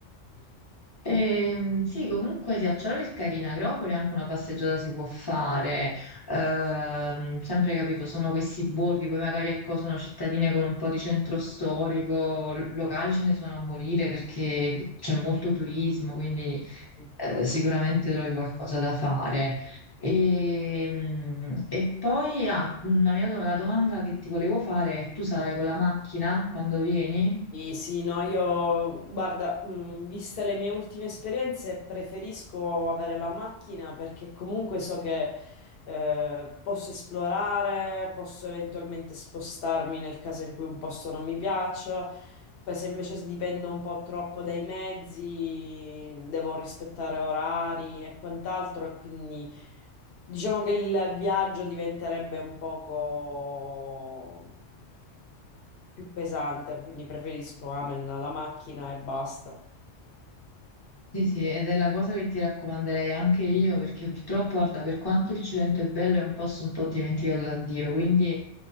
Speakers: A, on the left; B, on the left.
A: Ehm, sì, comunque sì, a Ciaroli è carina, Agropoli anche una passeggiata si può fare, Ehm, sempre capito, sono questi borghi, poi magari ecco, sono cittadine con un po' di centro storico, l- locali ce ne sono a morire perché c'è molto turismo, quindi
B: Ok.
A: eh, sicuramente trovi qualcosa da fare. E, e poi ah, una mia do- la domanda che ti volevo fare è tu sarai con la macchina quando vieni?
B: Sì, sì, no, io guarda, mh, viste le mie ultime esperienze, preferisco avere la macchina perché comunque so che eh, posso esplorare, posso eventualmente spostarmi nel caso in cui un posto non mi piaccia. Poi se invece dipendo un po' troppo dai mezzi, devo rispettare orari e quant'altro, e quindi diciamo che il viaggio diventerebbe un poco più pesante, quindi preferisco amen alla macchina e basta.
A: Sì, sì, ed è la cosa che ti raccomanderei anche io, perché purtroppo, guarda, per quanto il Cilento è bello, è un posto un po' dimenticato da Dio, quindi,